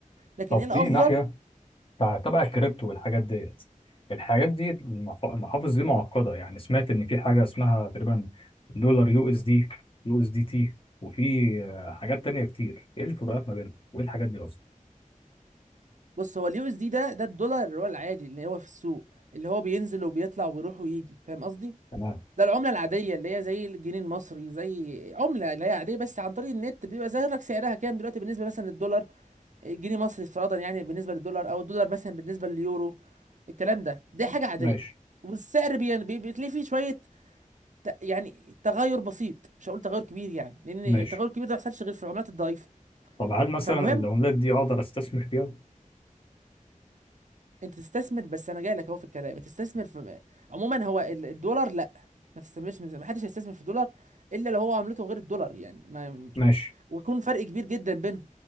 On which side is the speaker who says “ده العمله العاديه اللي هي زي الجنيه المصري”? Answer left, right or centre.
Right